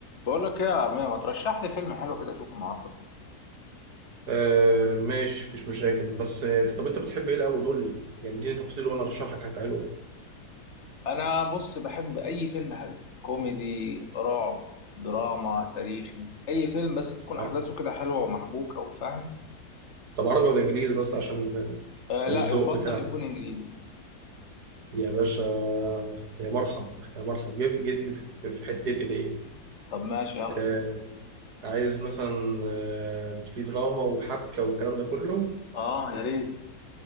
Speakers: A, on the left; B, on the right.
A: بقول لك ايه يا ارميه ما ترشح لي فيلم حلو كده اشوفه النهارده
B: آه ماشي مفيش مشاكل بس آه، طب انت بتحب ايه الاول قول لي يعني اديني تفصيل وانا ارشح لك حاجه حلوه
A: انا بص بحب اي فيلم حلو كوميدي رعب دراما تاريخي اي فيلم بس تكون احداثه
B: اه
A: كده حلوه ومحبوكه وفاهم
B: طب عربي ولا انجليزي بس عشان
A: آه لا
B: الذوق
A: يفضل
B: بتاعك
A: يكون انجليزي
B: يا باشا يا مرحب يا مرحب جيت جيت لي في في حتتي دي
A: طب ماشي يلا
B: آه عايز مثلا آه في دراما وحبكه والكلام ده كله
A: اه يا ريت